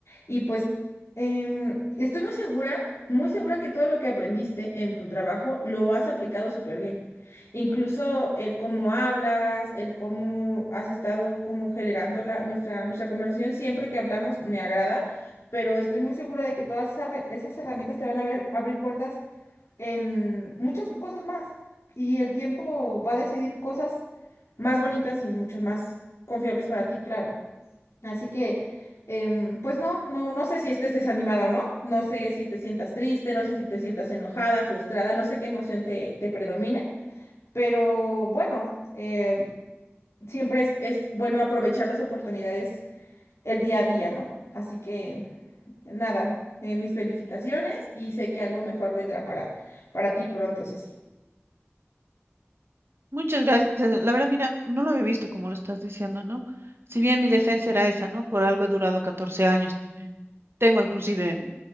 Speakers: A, on the left; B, on the right.
A: Y pues em, estoy muy segura, muy segura que todo lo que aprendiste en tu trabajo lo has aplicado súper bien. Incluso el cómo hablas, el cómo has estado como generando la, nuestra, nuestra conversación, siempre que hablamos me agrada, pero estoy muy segura de que todas esas, herra- esas herramientas te van a ver, abrir puertas en muchas cosas más. Y el tiempo va a decidir cosas más bonitas y mucho más confiables para ti, claro. Así que, em, pues no, no, no sé si estés desanimada o no. No sé si te sientas triste, no sé si te sientas enojada, frustrada, no sé qué emoción te, te predomine. Pero bueno, eh, siempre es, es bueno aprovechar las oportunidades el día a día, ¿no? Así que nada, eh, mis felicitaciones y sé que algo mejor vendrá para, para ti pronto, Ceci.
B: Muchas gracias. La verdad, mira, no lo he visto como lo estás diciendo, ¿no? Si bien mi defensa era esa, ¿no? Por algo he durado 14 años. Eh, Tengo inclusive